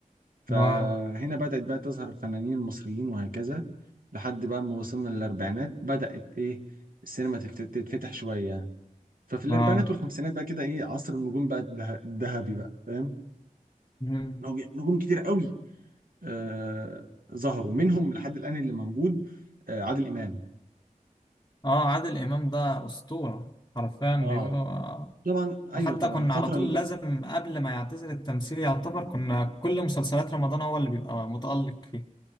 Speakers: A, on the right; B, on the left.
A: فهنا
B: آه
A: بدأت بقى تظهر الفنانين المصريين وهكذا لحد بقى ما وصلنا للأربعينات بدأت إيه السينما تفت- تتفتح شوية يعني ففي الأربعينات
B: آه
A: والخمسينات بقى كده إيه عصر النجوم بقى الذه- الذهبي بقى فاهم
B: مم.
A: نج- نجوم كتير قوي آه ظهروا منهم لحد الآن اللي موجود آه عادل إمام
B: آه عادل إمام ده أسطورة حرفيا بيقولوا
A: اه
B: آه.
A: طبعا ايوه
B: حتى
A: طبعا
B: كنا
A: الفترة
B: على طول
A: اللي بقى
B: لازم قبل ما يعتزل التمثيل يعتبر كنا كل مسلسلات رمضان هو اللي بيبقى متألق فيها